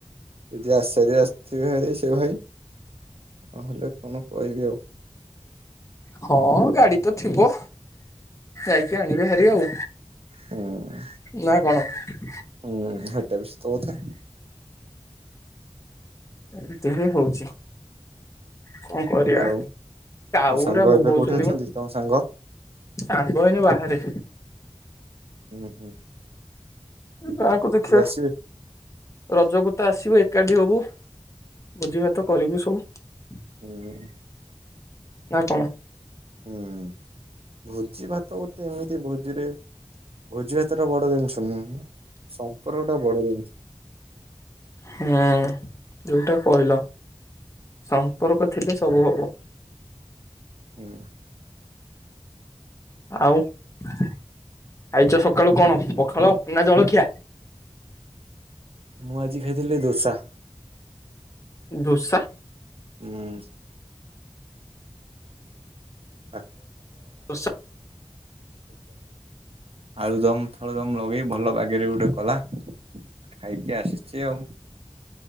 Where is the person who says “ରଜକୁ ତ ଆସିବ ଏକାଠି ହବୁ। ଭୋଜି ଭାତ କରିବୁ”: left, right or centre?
Left